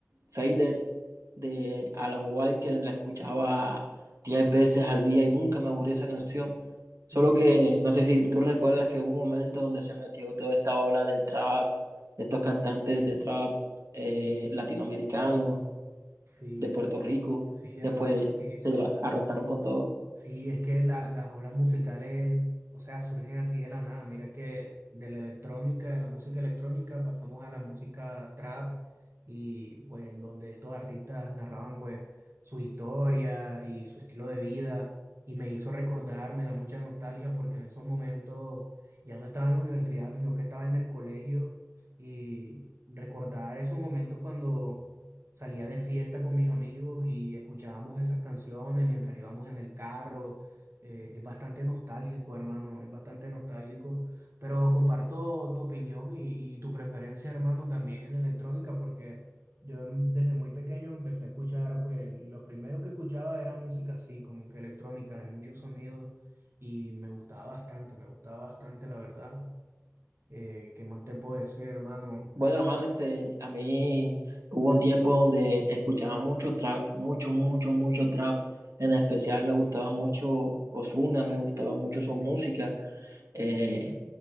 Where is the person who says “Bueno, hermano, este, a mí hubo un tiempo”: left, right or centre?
Right